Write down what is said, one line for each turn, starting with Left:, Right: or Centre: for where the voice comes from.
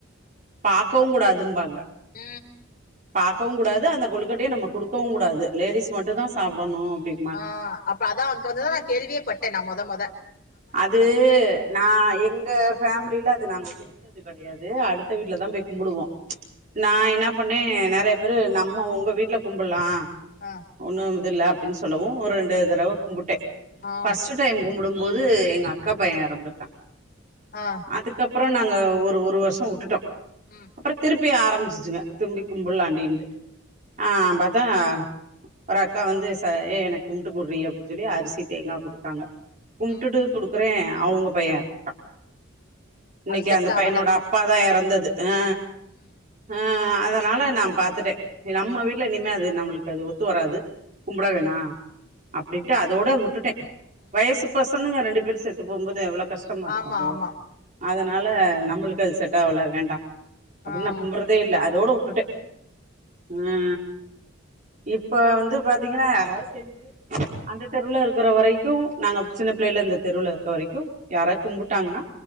Right: பாக்கவு கூடாதும்பாங்க
Left: அ
Right: பாக்கவுங்கூடாது அந்த கொழுகட்டய நம்ம குடுக்கவுங்கூடாது லேடிஸ் மட்டுந்தா சாப்டணு அப்டி
Left: ஆ அப்ப அதா அங்க வந்துதா நா கேள்வியே பட்டே நா மொத மொத
Right: அது நா எங்க ஃபேம்லில அது நாங்க கும்ட்டது து கடையாது அடுத்த வீட்ல தா போய் கும்புடுவோ நா என்னா பண்ணே நெறைய பேரு நம்ம ஒங்க வீட்ல கும்புட்லா
Left: அ
Right: ஒன்னு இது இல்ல அப்டின் சொல்லவு ஒரு ரெண்டு தரவ கும்புட்டே
Left: ஆஹ்
Right: ஃபஸ்ட்டு டைம் கும்புடும்போத் து எங்க அக்கா பைய்ய எறந்துட்டா
Left: அ
Right: அதுக்கப்ற நாங்க ஒரு ஒரு வருஷ உட்டுட்டோ
Left: ம்
Right: ப்ற திருப்பி ஆரம்பிச்சிச்சுங்க திரும்பி கும்புட்லாண்டின்ட்டு ஆ பாத்தா ஒரு அக்கா வந்து ச ஏ எனக்கு கும்ப்ட்டு குர்ரீ அப்டின் சொல்லி அரிசி தேங்காய் குடுத்தாங்க கும்ட்டுட்டு
Left: உம்
Right: குடுக்குறே அவுங்க பைய எறந்த இன்னக்கி
Left: அது செட்
Right: அந்த பையனோட
Left: ஆவல
Right: அப்பாதா எறந்தது அ
Left: உம்
Right: அ அதனால நா பாத்துட்டே நம்ம வீட்ல இனிமே அது நம்மளுக்கு அது ஒத்து வராது கும்புட வேணா அப்டின்ட்டு அதோட உட்டுட்டே
Left: உம்
Right: வயசு பசனுங்க ரெண்டு பேரு செத்து போகுபோது எவ்ளோ கஷ்டமாருக்கு
Left: ஆமா
Right: அப
Left: ஆமா
Right: அதனால நம்பளுக்கு அது செட் ஆகல வேண்டா அப்புன்
Left: ஆஹ்
Right: கும்புற்றத் தே இல்ல அததோட உட்டுட்ட அ இப்ப வந்து பாத்தீங்கன்னா யாவது செஞ்சு அந்த தெருவுல இருக்குற வரைக்கு நாங்க சின்ன பிள்ளைல இந்த தெருல இருக்க வரைக்கு யாராத் கும்புட்டாங்கனா